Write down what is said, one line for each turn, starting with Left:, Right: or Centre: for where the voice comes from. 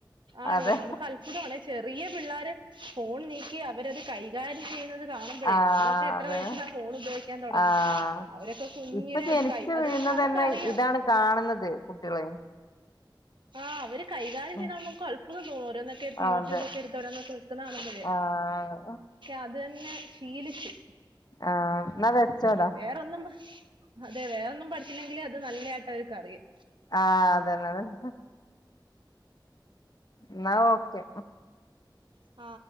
Right: ആണ്
Left: അതെ
Right: നമുക്ക് അത്ഭുതാണേ ചെറിയ പിള്ളേര് ഫോൺ നീ ക്കി അവര് കൈകാര്യം ചെയ്യുന്നത് കാണുമ്പോഴേ
Left: ആഹ്
Right: നമ്മളൊക്കെ എത്ര
Left: അതെ
Right: വയസിൽ ആണ് ഫോൺ ഉപയോഗിക്കാൻ തെടങ്ങിയെ
Left: ആഹ്
Right: അവരൊക്കെ കുഞ്ഞിലെ
Left: ഇപ്പൊ ജനിച്ചു
Right: അത് കൈ അത്
Left: വീഴുന്നത് തന്നെ
Right: അവർക്ക് അറിയാം
Left: ഇതാണ് കാണുന്നത് കുട്ടികള്
Right: ആ അവര് കൈകാര്യം ചെയ്താ
Left: ഉം
Right: കാണുമ്പോ നമുക്ക് അത്ഭുതം തോന്നും ഓരോന്നൊക്കെ യൂട്യൂബ്
Left: അതെ
Right: ഒക്കെ എടുത്ത് ഓരോന്നൊക്കെ വയ്ക്കുന്നത് കാണുമ്പോഴെ
Left: ആഹ്
Right: അത് തന്നെ ശീലിച്ചു
Left: ആഹ് എന്നാ വെച്ചോടാ
Right: വേറൊന്നും അതെ വേറെയൊന്നും പഠി ക്കുനില്ലെങ്കിലും അത് നല്ലതായിട്ട് അവർക്ക് അറിയാം
Left: ആഹ് അതന്നെ അതന്നെ എന്നാ ഒ. കെ
Right: ആ